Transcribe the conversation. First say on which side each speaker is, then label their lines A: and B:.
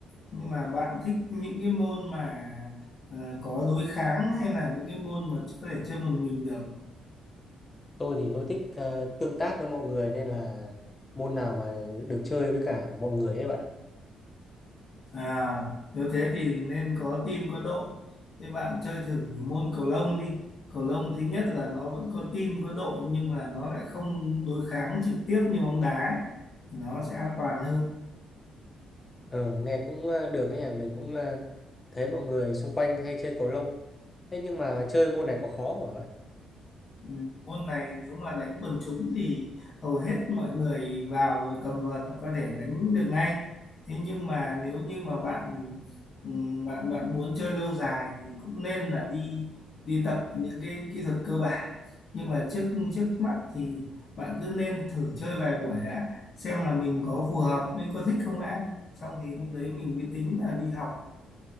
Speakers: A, on the left; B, on the left.
A: Nhưng mà bạn thích những cái môn mà ờ, có đối kháng hay là những cái môn mà có thể chơi một mình được?
B: Tôi thì tôi thích ờ, tương tác với mọi người nên là môn nào mà được chơi với cả mọi người ấy bạn ạ.
A: À, nếu thế thì nên có team có đội. Thế bạn chơi thử môn cầu lông đi. Cầu lông thứ nhất là nó vẫn có team có đội nhưng mà nó lại không đối kháng trực tiếp như bóng đá ấy. Nó sẽ an toàn hơn.
B: Ờ, nghe cũng ờ, được ấy nhỉ, mình cũng ờ, thấy mọi người xung quanh hay chơi cầu lông. Thế nhưng mà chơi môn này có khó không hả bạn?
A: Ừ, môn này nếu mà đánh quần chúng thì hầu hết mọi người vào cầm vợt là có thể đánh được ngay. Thế nhưng mà nếu như mà bạn ừ, bạn bạn muốn chơi lâu dài thì cũng nên là đi đi tập những cái kỹ thuật cơ bản. Nhưng mà trước trước mắt thì bạn cứ nên thử chơi vài buổi đã xem là mình có phù hợp mình có thích không đã. Xong thì lúc đấy mình mới tính là đi học